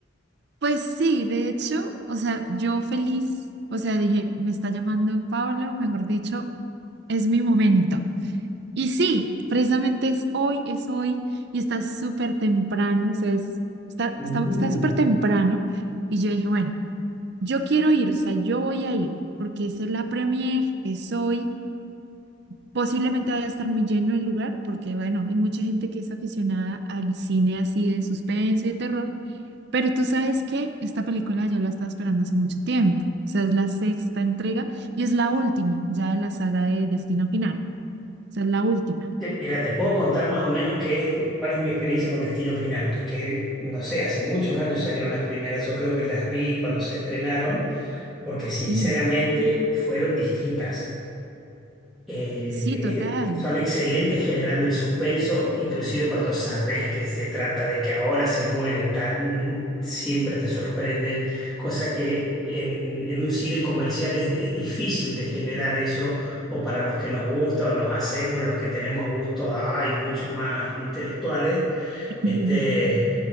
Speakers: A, on the right (about 55°); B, in the centre.
A: Pues sí, de hecho, o sea, yo feliz, o sea, dije, me está llamando Pablo, mejor dicho, es mi momento. Y sí, precisamente es hoy, es hoy, y está súper temprano, o sea, es- está,
B: Mm.
A: está, está súper temprano. Y yo dije, bueno. Yo quiero ir, o sea, yo voy a ir, porque esa es la premier, es hoy. Posiblemente vaya a estar muy lleno el lugar, porque bueno, hay mucha gente que es aficionada al cine así de suspenso y de terror. Pero tú sabes que esta película yo la estaba esperando hace mucho tiempo. O sea, es la sexta entrega y es la última ya de la saga de Destino Final. O sea, es la última.
B: Te- mira, te puedo contar más o menos qué cuál es mi experiencia con Destino Final, que no sé, hace muchos años salieron las primeras, yo creo que las vi cuando se estrenaron, porque sinceramente
A: Sí,
B: fueron distintas eh,
A: sí, total.
B: <laughs> son excelentes generando el suspenso, inclusive cuando sabes que se trata de que ahora se muere tal, siempre te sorprende, cosa que en, en un cine comercial es, es difícil de generar eso, o para los que nos gusta o nos hacemos, los que tenemos gustos, hay muchos más intelectuales,
A: <laughs>
B: este,